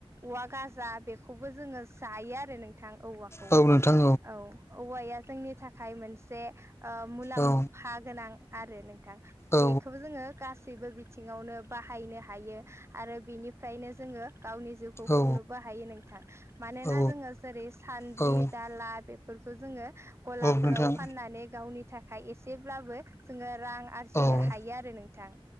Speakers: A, on the right; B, on the left.
A: औवा गाजा बेखौबो जोङो जायो आरो नों थां औवाखौ
B: औ नोंथां
A: औ औवाया जोंनि थाखाय मोनसे ओ मुलाम्फा
B: औ
A: गोनां आरो नोंथां
B: औ
A: बेखौबो जोङो गास सैबो बिथिङावनो बाहायनो हायो आरो बिनिफ्रायनो जोङो गावनि जिउखौ खुंनोबो
B: औ
A: हायो नोंथां। मानोना
B: औ
A: जोङो जेरै सान्द्रि
B: औ
A: दाला बे फोरखो जोङो गलाफोराव
B: औ नोंथां
A: फाननानै गावनि थाखाय एसेब्लाबो जोङो रां आरजिनो
B: औ
A: हायो आरो नोंथां।